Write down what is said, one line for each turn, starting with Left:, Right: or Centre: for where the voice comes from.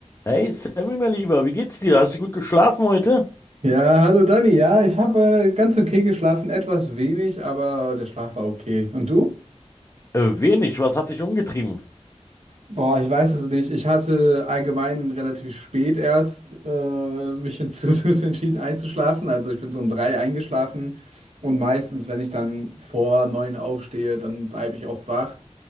Left: Hey Sammy, mein Lieber, wie geht's dir? Hast du gut geschlafen heute?
Right: Ja, hallo Dani. Ja, ich habe äh, ganz okay geschlafen, etwas wenig, aber der Schlaf war okay. Und du?
Left: Äh, wenig, was hat dich umgetrieben?
Right: Boah, ich weiß es nicht. Ich hatte allgemein relativ spät erst äh, mich dazu <laughs> entschieden einzuschlafen. Also ich bin so um drei eingeschlafen und meistens, wenn ich dann vor neun aufstehe, dann bleibe ich auch wach.